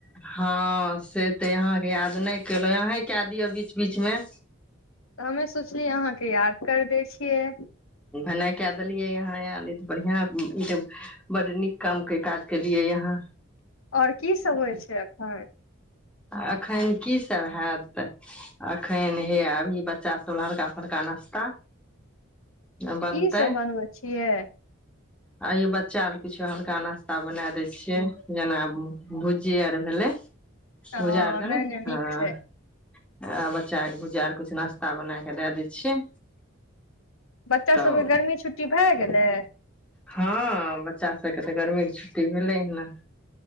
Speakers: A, in the centre; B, on the left (about 80°).
A: हँ से तऽ यहाँके याद नहि केलहु अहीं क दिअ बीच बीचमे
B: तऽ हमे सोचलियै अहाँके याद कर दै छियै
A: भेनाइ कए देलियै यहाँ आयल ई तऽ बढ़िआँ ई तऽ बड़ नीक कामके काज केलियै यहाँ
B: आओर कीसभ होइ छै एखन
A: एखन कीसभ हत एखन हे अभी बच्चासभ हलका फलका नाश्ता बनतै
B: की सभ बनबै छियै
A: अ बच्चा अर किछो हल्का नाश्ता बनाए दै छियै जेना भुजी आर भेलै गुजार
B: ह
A: छ
B: नहि
A: ने
B: नहि नीक
A: हँ आ
B: छै
A: बच्चा के भुजार किुछु नाश्ता बना कऽ दए दै छियै
B: बच्चा
A: तऽ
B: सभके गर्मी छुट्टी भए गेलै
A: हँ बच्चा सभके तऽ गर्मीके छुट्टी भेलै ह ने